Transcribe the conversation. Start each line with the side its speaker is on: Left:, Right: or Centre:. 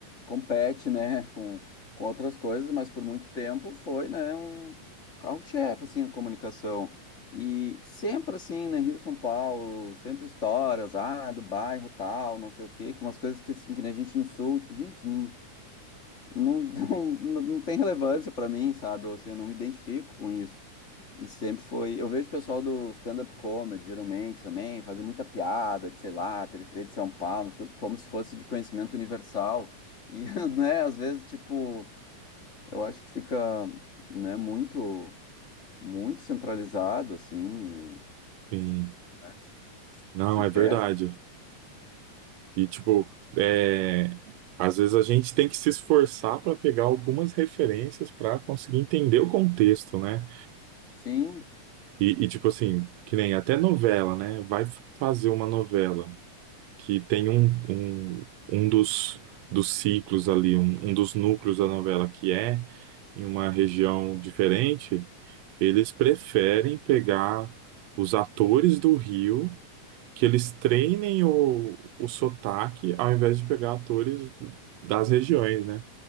Left: compete, né, <laughs> com, com outras coisas, mas por muito tempo foi, né, um carro-chefe, assim, na comunicação. E sempre assim, né? Rio, São Paulo, sempre histórias, ah, do bairro tal, não sei o quê, que umas coisas que assim, que nem a gente no sul, tipo, gente, não, não, <laughs> não, não não tem relevância pra mim, sabe? Eu, assim, eu não me identifico com isso. E sempre foi. Eu vejo o pessoal do stand-up comedy, geralmente também, fazer muita piada de, sei lá, periferia de São Paulo, umas coisas como se fosse de conhecimento universal. E, <laughs> né, às vezes, tipo, eu acho que fica, né, muito, muito centralizado, assim.
Right: Sim.
Left: Se, né, se- se-
Right: Não,
Left: se perde?
Right: é verdade. E, tipo, é, às vezes a gente tem que se esforçar para pegar algumas referências para conseguir entender o contexto, né?
Left: Sim,
Right: E, e, tipo assim, que nem até novela, né? Vai fazer uma novela que tem um, um, um dos, dos ciclos ali, um, um dos núcleos da novela que é em uma região diferente, eles preferem pegar os atores do Rio que eles treinem o, o sotaque ao invés de pegar atores das regiões, né?